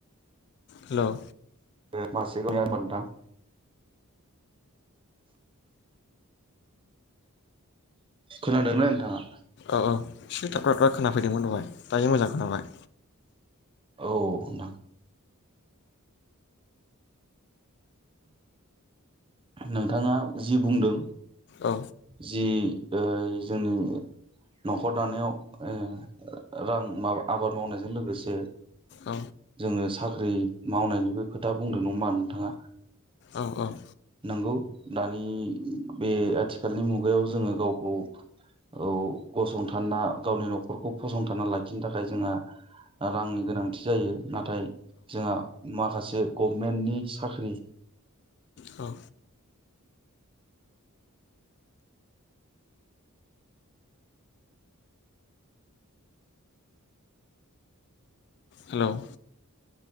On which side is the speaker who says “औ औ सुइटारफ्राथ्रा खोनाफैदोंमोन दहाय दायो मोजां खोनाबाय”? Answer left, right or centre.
Left